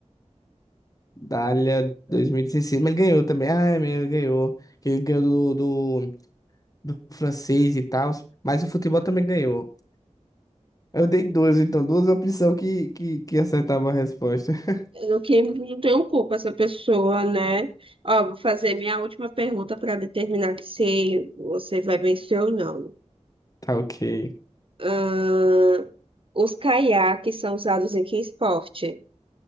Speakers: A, on the left (about 30°); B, on the right (about 50°).
A: Dália 2016. Mas ele ganhou também. Ah, é mesmo, ele ganhou. Que ele ganhou do, do, do francês e tal. Mas o futebol também ganhou. Eu dei duas, então, duas opções que, que, que acertavam a resposta. <laughs>
B: No que não tenho culpa essa pessoa, né? Ó, vou fazer minha última pergunta para determinar que se você vai vencer ou não.
A: Tá ok.
B: Ahn, os caiaques são usados em que esporte?